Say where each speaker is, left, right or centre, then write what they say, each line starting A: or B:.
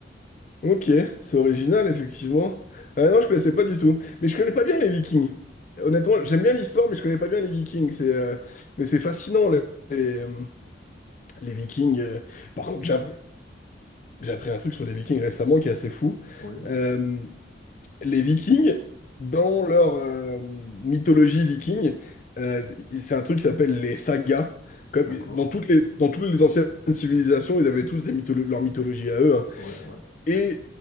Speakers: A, on the left (about 40°); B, on the left (about 75°).
A: ok, c'est original, effectivement. Ah non, je connaissais pas du tout. Mais je connais pas bien les Vikings. Honnêtement, j'aime bien l'histoire, mais je connais pas bien les Vikings. C'est, euh, mais c'est fascinant, les, les, euh, les Vikings. euh. Par contre, j'ai- J'ai appris un truc sur les Vikings récemment qui est assez fou.
B: Oui,
A: Euh, les Vikings, dans leur euh, mythologie viking, euh, c'est un truc qui s'appelle les sagas. Comme,
B: d'accord.
A: dans toutes les, dans toutes les anciennes civilisations, ils avaient tous des mytholo- leur mythologie à eux. hein.
B: Ouais, ouais.
A: Et